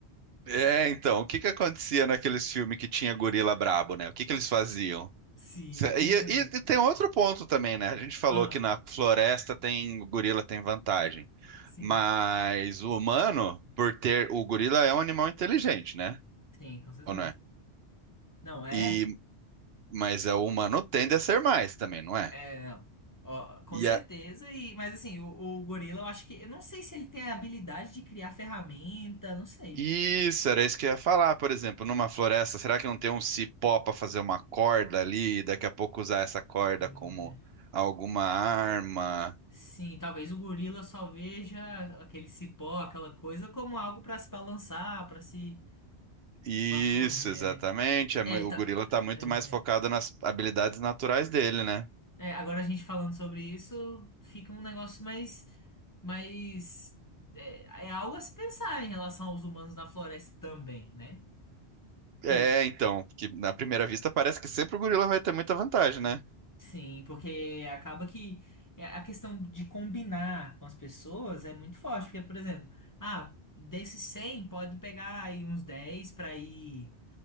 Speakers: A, on the right (about 65°); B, on the left (about 20°).
A: É, então, o que que acontecia naqueles filmes que tinha gorila brabo, né? O que que eles faziam?
B: Sim,
A: Cê-
B: o que que
A: E,
B: eles fazem?
A: e- e tem outro ponto também, né? A gente falou
B: Ah,
A: que na floresta tem o gorila tem vantagem,
B: sim,
A: mas o humano, por ter o gorila é um animal inteligente, né?
B: sim, com certeza.
A: Ou não é?
B: Não é?
A: E mas é, o humano tende a ser mais também, não é?
B: É, não. Ó, com
A: E
B: certeza.
A: a-
B: E, mas assim, o, o gorila, eu acho que. Eu não sei se ele tem a habilidade de criar ferramenta, não sei.
A: isso era isso que eu ia falar, por exemplo, numa floresta, será que não tem um cipó para fazer uma corda ali e daqui a pouco usar essa corda
B: Pois
A: como
B: é.
A: alguma arma?
B: Sim, talvez o gorila só veja aquele cipó, aquela coisa, como algo para se balançar, para se.
A: Isso,
B: Pra correr.
A: exatamente. É mui-
B: É,
A: o
B: tá,
A: gorila tá muito
B: é,
A: mais focado nas habilidades naturais dele, né?
B: é, agora a gente falando sobre isso, fica um negócio mais. mais é, é algo a se pensar em relação aos humanos na floresta também, né? Porque
A: É, então, que na primeira vista parece que sempre o gorila vai ter muita vantagem, né?
B: Sim, porque acaba que é, a questão de combinar com as pessoas é muito forte, porque, por exemplo, ah, desses 100 pode pegar aí uns 10 para ir